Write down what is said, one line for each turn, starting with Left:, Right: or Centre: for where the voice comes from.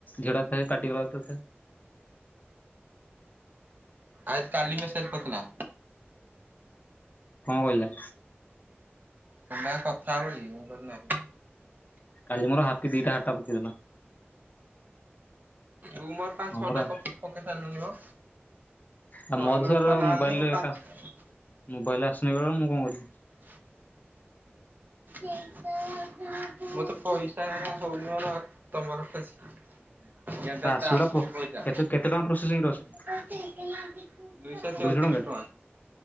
Left: ଝିଅ ଟା ଥାଏ ପାଟିଗଲା ଥାଏ
Right: ଆଜ କାଲି ମେସେଜ କରିଥିଲା।
Left: କଣ କହିଲା?
Right: ତମେ ଆଉ କଥା ହେବକି ମୁଁ କହିଲି ନାହି।
Left: କାଲି ମୋର ହାପି ଦିଇଟା ହାଟା ପକେଇଦଲ।
Right: ରୁ ମର ପାଞ୍ଚ
Left: ହଁ
Right: ଛଅଟା
Left: ପରା
Right: କପି ପକେଇ ସାରିଲୁନି ମ।
Left: ଆଉ
Right: ତ
Left: ମୋ ଦୋଷରେ
Right: ଲୋ ଛୁଆ ନାଁ
Left: ମୋବାଇଲରେ
Right: ନାହିଁ ଙ୍କ ପାଞ୍ଚ
Left: ମୋବାଇଲ ଆଶୁନେଇ ବେଳେ ବେଳେ ମୁଁ କଣ କରିବି।
Right: <inaudible> ମତେ ପଇସା ଜମା ହୋଉନି ମୋର ତମ ପାଖ ଆଜ୍ଞା
Left: ଆସିବ
Right: ତ ଆସୁନି
Left: ଗୋଟା ପ୍ରୋ
Right: ପଇସା
Left: କେତେ କେତେ ଟଙ୍କା ପ୍ରୋସେସିଂରେ ଅଛି
Right: ଦୁଇଶହ ଚଉତିରିଶ
Left: ଦୁଇଶହ ଟଙ୍କାଟେ
Right: ଟଙ୍କା।